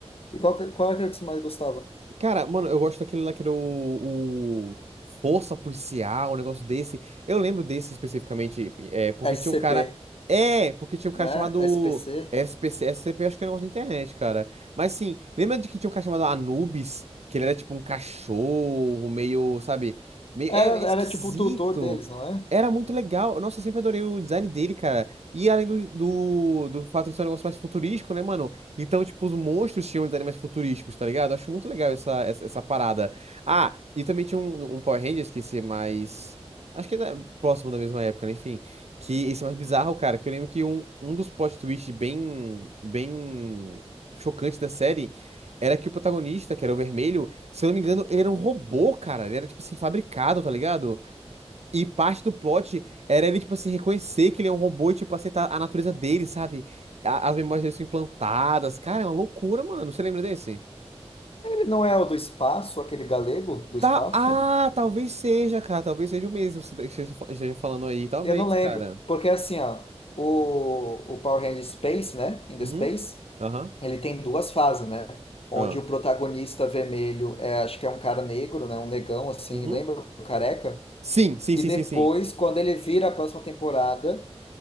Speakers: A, on the left; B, on the right.
A: E qual, que- qual era que você mais gostava?
B: Cara, mano, eu gosto daquele lá que era o, o Força Policial, um negócio desse. Eu lembro desse especificamente, é, porque
A: SCP,
B: tinha um cara. É, porque tinha um cara
A: né?
B: chamado
A: SPC.
B: SPC, SCP, acho que era um negócio da internet, cara. Mas sim, lembra de que tinha um cara chamado Anubis, que ele era tipo um cachorro, meio, sabe? Meio,
A: Era,
B: é, é esquisito.
A: era tipo o tutor deles, não é?
B: Era muito legal. Nossa, eu sempre adorei o design dele, cara. E além do, do, do fato de ser um negócio mais futurístico, né, mano? Então, tipo, os monstros tinham os animais futurísticos, tá ligado? Eu acho muito legal essa, essa, essa parada. Ah, e também tinha um, um Power Rangers que esse é mais. Acho que é da- próximo da mesma época, né? Enfim. Que esse é mais bizarro, cara. Que eu lembro que um, um dos plot twists bem, bem chocantes da série era que o protagonista, que era o vermelho, se eu não me engano, ele era um robô, cara. Ele era, tipo assim, fabricado, tá ligado? E parte do plot era ele, tipo assim, reconhecer que ele é um robô e, tipo, aceitar a natureza dele, sabe? A- As memórias dele são implantadas. Cara, é uma loucura, mano. Você lembra desse?
A: Ele não é o do espaço, aquele galego do espaço?
B: Tá. Ah, talvez seja, cara. Talvez seja o mesmo que você que você esteja falando aí. Talvez,
A: Eu não lembro,
B: cara.
A: porque assim, ó, o, o Power Rangers Space, né, in the
B: Uhum.
A: Space,
B: Aham.
A: ele tem duas fases, né, onde
B: ah,
A: o protagonista vermelho é, acho que é um cara negro, né, um negão, assim,
B: Uhum.
A: lembra o careca?
B: Sim, sim,
A: E
B: sim,
A: depois,
B: sim, sim.
A: quando ele vira a próxima temporada,